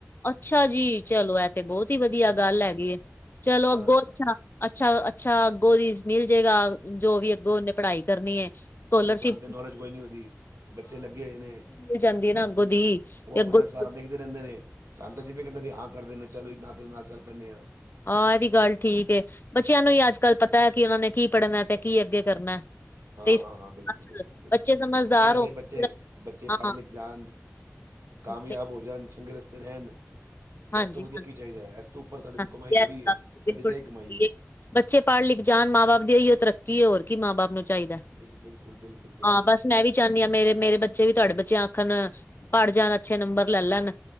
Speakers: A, on the left; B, on the right.
A: ਅੱਛਾ ਜੀ ਚਲੋ ਐ ਤੇ ਬਹੁਤ ਹੀ ਵਧੀਆ ਗੱਲ ਹੈਗੀ ਚਲੋ
B: ਹਾਂ
A: ਅੱਗੋਂ ਅੱਛਾ ਅੱਛਾ ਅੱਛਾ ਅੱਗੋਂ ਦੀ ਮਿਲ ਜਾੇਗਾ ਜੋ ਵੀ ਅੱਗੋਂ ਉਹਨੇ ਪੜ੍ਹਾਈ ਕਰਨੀ ਹੈ ਸਕਾਲਰਸ਼ਿਪ
B: ਹੁਣ ਸਾਨੂੰ ਤੇ ਨੌਲੇਜ ਕੋਈ ਨਹੀਂ ਉਹਦੀ ਬੱਚੇ ਲੱਗੇ ਹੋਏ ਨੇ
A: ਮਿਲ ਜਾਂਦੀ ਹੈ ਨਾ ਅੱਗੋਂ ਦੀ
B: ਉਹ
A: ਤੇ
B: ਆਪਣੇ
A: ਅੱਗੋ
B: ਆਪ
A: ਦੀ
B: ਸਾਰਾ ਦੇਖਦੇ ਰਹਿੰਦੇ ਨੇ ਸਾਨੂੰ ਜਿਵੇਂ ਕਹਿੰਦੇ ਅਸੀ ਹਾਂ ਕਰਦੇ ਚਲੋ ਇ ਨਾ ਤੇਰੇ ਨਾਲ ਚੱਲ ਪੈਂਨੇ ਹਾਂ
A: ਆਹ ਇਹ ਵੀ ਗੱਲ ਠੀਕ ਏ ਬੱਚਿਆਂ ਨੂੰ ਹੀ ਅੱਜ ਕੱਲ ਪਤਾ ਹੈ ਕਿ ਉਹਨਾ ਨੇ ਕੀ ਪੜ੍ਹਨਾ ਤੇ ਕੀ ਅੱਗੇ ਕਰਨਾ
B: ਹਾਂ
A: ਤੇ ਇਸ
B: ਹਾਂ ਹਾਂ ਬਿਲਕੁਲ ਬਿਲਕੁਲ ਬਿਲਕੁਲ
A: ਬੱਚੇ ਸਮਝਦਾਰ
B: ਐਵੇ
A: ਹੋ
B: ਬੱਚੇ ਬੱਚੇ
A: ਹਾਂ
B: ਪੜ੍ਹ ਲਿਖ ਜਾਣ ਕਾਮਯਾਬ
A: ਤੇ
B: ਹੋ ਜਾਣ ਚੰਗੇ ਰਸਤੇ ਰਹਿਣ ਤੇ
A: ਹਾਂਜੀ
B: ਇਸ ਤੋਂ ਵਧੀਆ
A: ਹਾਂ
B: ਕੀ ਚਾਹੀਦਾ ਹੈ ਇਸ ਤਾਂ ਉੱਪਰ ਸਾਡੇ ਕੋਲ
A: ਹਾਂਜੀ
B: ਕਮਾਈ ਥੋੜ੍ਹੀ
A: ਅੱਜ
B: ਹੈ
A: ਕੱਲ ਤੁਸੀਂ
B: ਸਾਡੀੇਤੇ
A: ਬਿਲਕੁਲ ਠੀਕ
B: ਇਹ ਕਮਾਈ
A: ਕਹੀਏ।
B: ਹੈ
A: ਬੱਚੇ ਪੜ੍ਹ ਲਿਖ ਜਾਣ ਮਾਂ ਬਾਪ ਦੀ ਇਹੀ ਉਹ ਤਰੱਕੀ ਹੋਰ ਕੀ ਮਾਂ ਬਾਪ ਨੂੰ ਚਾਹੀਦਾ
B: ਬਿਲ ਬਿਲਕੁਲ ਬਿਲਕੁਲ ਬਿਲਕੁਲ
A: ਹਾਂ ਬਸ ਮੈਂ ਵੀ ਚਾਹਦੀ ਹ ਮੇਰੇ ਮੇਰੇ ਬੱਚੇ ਵੀ ਤੁਹਾਡੇ ਬੱਚੇ ਆਖਣ ਪੜ ਜਾਣ ਅੱਛੇ ਨੰਬਰ ਲੈ ਲੈਣ